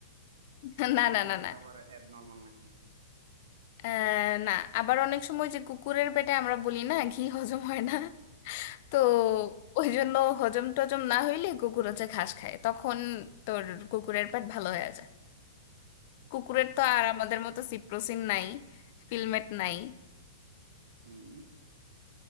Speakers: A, on the left (about 50°); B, on the right (about 70°).
A: <laughs>
B: ভাবলাম
A: না না
B: কুকুরটা
A: না না
B: আবার অ্যাবনর্মাল নাকি
A: আহ, না আবার অনেক সময় যে কুকুরের পেটে আমরা বলি না ঘি হজম হয় না তো ওই জন্য হজম টজম না হইলে কুকুর হচ্ছে ঘাস খায় তখন তোর কুকুরের পেট ভালো হয়ে যায়
B: আচ্ছা
A: কুকুরের
B: আচ্ছা
A: তো আর আমাদের মতো সিপ্রোসিন নাই ফিলমেট নাই
B: হুম